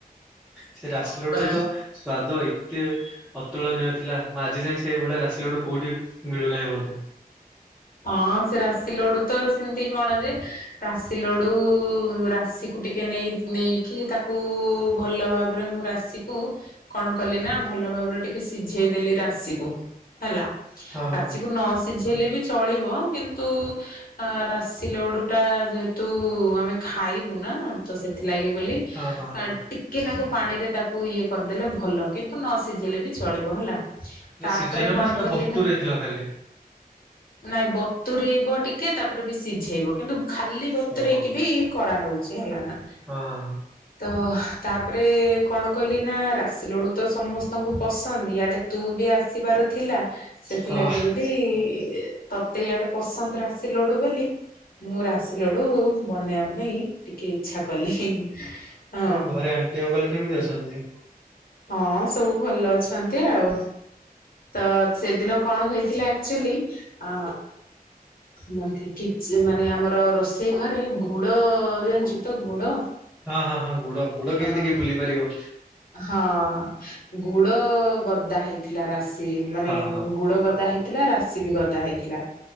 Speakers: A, in the centre; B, on the left.
A: ସେ ରାଶି
B: ହଁ
A: ଲଡୁ
B: ପରା।
A: ର ତ ସ୍ବାଦ ଏତେ ଅତୁଳନୀୟ ଥିଲା। ଆଜି ଯାଏଁ ସେଇଭଳିଆ ରାଶି ଲଡୁ କୋଉଠି ମିଳୁନାହିଁ ମତେ।
B: ହଁ ସେ ରାଶି ଲଡୁ ତ ସେମିତି କଣ ଯେ ରାଶି ଲଡୁ ରାଶିକୁ ଟିକେ ନେଇ ନେଇକି ତାକୁ ଭଲ ଭାବରେ ମୁଁ ରାଶ୍ ଇକୁ କଣ କଲି ନା ଭଲ ଭାବରେ ଟିକେ ସିଝେଇ ଦେଲି ରାଶିକୁ। ହେଲା।
A: ହଁ ହଁ
B: ରାଶିକୁ
A: ହଁ।
B: ନ ସିଝେଇଲେ ବି ଚଳିବ କିନ୍ତୁ ଅ ରାଶି ଲଡୁ ଟା ଯେହେତୁ ଆମେ ଖାଇବୁ ନା ତ ସେଥିଲାଗି ବୋଲି
A: ହଁ ହଁ
B: ଆ
A: ହଁ
B: ଟି କେ ନାକୁ ପାଣିରେ ତାକୁ ଇଏ କରିଦେଲେ ଭଲ। କିନ୍ତୁ ନ ସିଝେଇଲେ ବି ଚଳିବ ହେଲା? ତାପରେ
A: ମାନେ ସିଜେଇଲ
B: କଣ
A: ନା ସେଟା
B: କଲି
A: ବତୁରେଇ
B: ନା
A: ଥିଲ ଖାଲି?
B: ନାଇଁ ବତୁରଇବ ଟିକେ ତାପରେ ବି ସିଝେଇବ। କିନ୍ତୁ ଖାଲି ବତୁରେଇକି
A: ଓହୋ।
B: ବି କରାହଉଛି ହେଲା ନା?
A: ହଁ ହଁ
B: ତ ତାପରେ କଣ କଲି ନା ରାଶି ଲଡୁ ତ ସମସ୍ତଙ୍କୁ ପସନ୍ଦ। ଇଆଡେ ତୁ ବି ଆସିବାର ଥିଲା। ସେଥିଲାଗି
A: ହଁ ହଁ।
B: ବୋଲି ତତେ ଇଆଡେ ପସନ୍ଦ ରାସି ଲଡୁ ବୋଲି ମୁଁ ରାଶି ଲଡୁ ବନେଇବା ପାଇଁ ଟିକେ ଇଚ୍ଛା କଲି। ହଁ
A: ଆଉ ଘରେ ଆଣ୍ଟି ଅଙ୍କଲ କେମିତି ଅଛନ୍ତି?
B: ହଁ ସବୁ ଭଲ ଅଛନ୍ତି ଆଉ। ତ ସେଦିନ କଣ ହେଇଥିଲା ଆକ୍ଚୁଲି ଅ ମୋର ଟିକେ ମାନେ ଆମର ରୋଷେଇ ଘରେ ଗୁଡ ଜାଣିଛୁ ତ ଗୁଡ?
A: ହଁ ହଁ ହଁ ଗୁଡ ଗୁଡ କେମିତି
B: ହଁ
A: କିଏ ଭୁଲି ପାରିବ?
B: ହଁ ଗୁଡ ଗଦା ହେଇଥିଲା। ରାଶି ମାନେ
A: ହଁ ହଁ
B: ଗୁଡ଼ ଗଦା ହେଇ ଥିଲା ରାଶି ବି ଗଦା ହେଇଥିଲା।